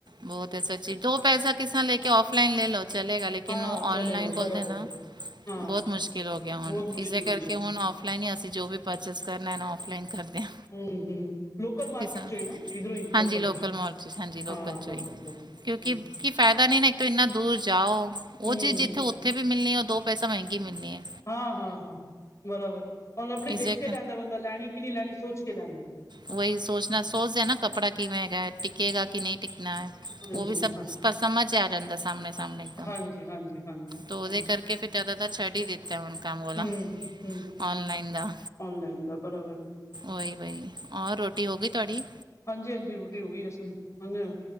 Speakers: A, on the right (about 75°); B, on the left (about 40°).
A: ਬੋਤ ਅੱਛਾ ਜੀ ਦੋ ਪੈਸਾ ਕਿਸਾਂ ਲੈ ਕੇ ਔਫਲਾਈਨ ਲੇ ਲੋ। ਚਲੇਗਾ ਲੇਕਿਨ
B: ਹਾਂ
A: ੳਹ
B: ਚਲੇਗਾ
A: ਔਨਲਾਈਨ ਬੋਲਦੇ
B: ਬਰਾਬਰ
A: ਨਾ
B: ਹੈ ਹਾਂ
A: ਬੋਤ ਮੁਸ਼ਕਿਲ ਹੋ ਗਿਆ ਹੁਨ
B: ਬਹੁਤ ਮੁਸ਼ਕਿਲ
A: ਇਸੇ
B: ਹੁੰਦਾ
A: ਕਰਕੇ ਹੁਨ ਨਈ ਨਈ ਅਸੀ ਜੋ ਵੀ ਪਰਚੇਸ ਕਰਨਾ ਨਾ ਔਫਲਾਈਨ ਕਰਦੇ ਹਾਂ।
B: ਹੂੰ ਹੂੰ ਲੋਕਲ ਮਾਰਕਿਟ
A: ਕਿਸਾਨ
B: ਚੋਂ ਈ ਨਾ, ਏਧਰੋਂ ਈ
A: ਹਾਂਜੀ
B: ਲੋਕਲ ਚ।
A: ਮਾਲ ਹਾਂਜੀ ਲੋਕਲ
B: ਹਾਂ
A: ਚੋਂ ਈ।
B: ਲੋਕਲ
A: ਕਿਉਂਕਿ,
B: ਹੂੰ
A: ਕੀ ਫਾਇਦਾ ਨੀ ਨਾ। ਇੱਕ ਤਾਂ ਇੰਨਾ ਦੂਰ ਜਾਓ। ਉਹ
B: ਹੂੰ
A: ਚੀਜ਼ ਇੱਥੇ ਉੱਥੇ ਵੀ ਮਿਲਣੀ। ਉਹ ਦੋ ਪੈਸਾ ਮਹਿੰਗੀ ਮਿਲਣੀ ਐ।
B: ਹਾਂ-ਹਾਂ-ਹਾਂ। ਬਰਾਬਰ, ਹੁਣ ਆਪਣੀ
A: ਇਸੇ
B: ਦੇਖ ਕੇ ਲੈਂਦਾ ਬੰਦਾ। ਲੈਂਣੀ ਕਿ ਨਹੀਂ ਲੈਂਣੀ ਸੋਚ ਕੇ ਲੈਂਦਾ।
A: ਉਹੀ ਸੋਚਣਾ, ਸੋਚਦੇ ਆ ਨਾ ਕੱਪੜਾ ਕਿਵੇਂ ਹੈਗਾ। ਟਿਕੇਗਾ ਕਿ ਨਹੀਂ ਟਿਕਣਾ ਐ।
B: ਹਾਂਜੀ
A: ਉਹ ਵੀ ਸਭ,
B: ਹਾਂ
A: ਪਰ ਸਮਝ ਆ ਜਾਂਦਾ ਸਾਹਮਣੇ ਸਾਮਣੇ ਤੋਂ।
B: ਹਾਂਜੀ ਹਾਂਜੀ ਹਾਂਜੀ
A: ਤੋ ਉਹਦੇ
B: ਹਾਂਜੀ
A: ਕਰਕੇ ਫਿਰ ਜਿਆਦਾ ਤਰ ਛੱਡ ਈ ਦਿੱਤਾ, ਹੁਣ ਕੰਮ ਵਾਲਾ।
B: ਹੂੰ ਹੂੰ ਹੂੰ
A: ਔਨਲਾਈਨ ਦਾ।
B: ਔਨਲਾਈਨ ਦਾ ਬਰਾਬਰ
A: ਉਹੀ ਵਹੀ, ਔਰ ਰੋਟੀ ਹੋਗੀ ਤੁਆਡੀ?
B: ਹਾਂਜੀ-ਹਾਂਜੀ, ਰੋਟੀ ਹੋਗੀ। ਅਸੀਂ ਹੁਣ ਵੇਨੇ ਆ।